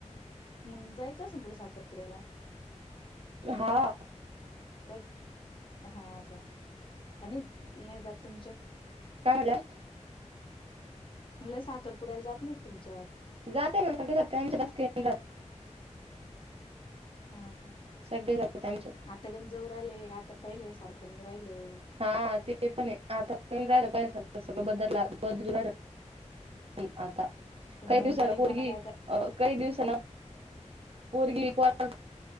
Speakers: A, on the left; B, on the right.
A: मग जायचं असन तुला साखरपुड्याला?
B: हां.
A: कत हा का? आणि नाही जात तुमच्या.
B: काय बोलाय?
A: म्हणल साखरपुुड्याला जात नाही तुमच्यात.
B: जाते ना सगळे जाते, आमच्यात असते <inaudible>
A: हां का.
B: सगळे जात्यात आमच्यात.
A: आता गण जाऊ राहिले, आता पहिल्या सारखं नाही राहिलं.
B: हा ते पण आता राहिलं पाहि सारखं सगळं बद्दल होऊ राहील. आता
A: पण
B: काही दिवसांनं
A: मग गरीबाना
B: पोरगी
A: काय
B: अ काही दिवसांना पोरगी पोरांना